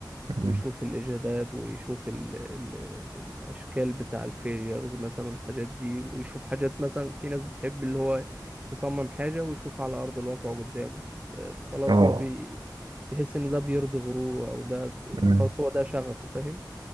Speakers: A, on the right; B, on the right.
A: مم.
B: ويشوف الإجهادات ويشوف ال... ال... الأشكال بتاع الفيليرز مثلا والحاجات دي ويشوف حاجات مثلا في ناس بتحب اللي هو يصمم حاجة ويشوفها على أرض الواقع قدامه آه، خلاص
A: اه
B: هو بي... بيحس إن ده بيرضي غروره أو ده ب... خلاص
A: مم.
B: هو ده شغفه فاهم